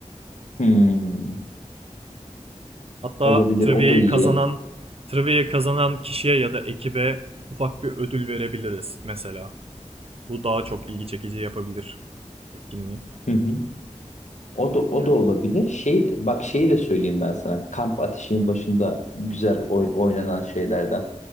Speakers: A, on the left (about 70°); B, on the right (about 50°).
A: Hmm,
B: Hatta
A: Olabilir.
B: trivia'yı
A: O da iyi.
B: kazanan trivia'yı kazanan kişiye ya da ekibe ufak bir ödül verebiliriz mesela. Bu daha çok ilgi çekici yapabilir etkinliği.
A: hı hı. O da o
B: Gene-
A: da olabilir. Şey bak şeyi de söyleyeyim ben sana. Kamp ateşinin başında güzel oy- oynanan şeylerden.